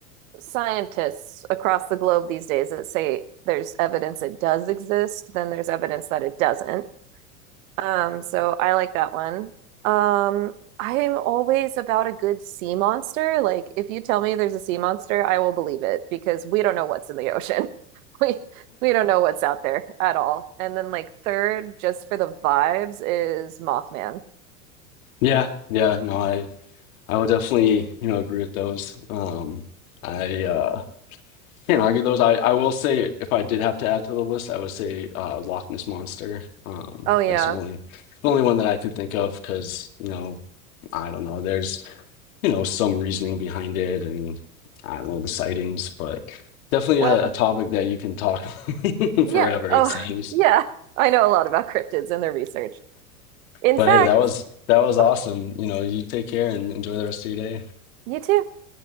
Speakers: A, on the right; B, on the left.
A: scientists across the globe these days that say there's evidence it does exist than there's evidence that it doesn't. Um, so I like that one. Um, I am always about a good sea monster. Like, if you tell me there's a sea monster, I will believe it because we don't know what's in the ocean. <laughs> We we don't know what's out there at all. And then like third, just for the vibes, is Mothman.
B: Yeah, yeah, no, I I would definitely, you know, agree with those. Um, I uh can't argue those. I I will say if I did have to add to the list, I would say uh Loch Ness Monster. Um,
A: Oh yeah.
B: that's the only the only one that I could think of because, you know, I don't know. There's you know some reasoning behind it and I don't know the sightings, but definitely
A: Well,
B: a, a topic that you can talk <laughs>
A: yeah.
B: forever, it
A: Oh
B: seems.
A: <laughs> yeah. I know a lot about cryptids and their research. In
B: But
A: fact,
B: hey, that was that was awesome.
A: oh,
B: You know, you take care and enjoy the rest of your day.
A: you too.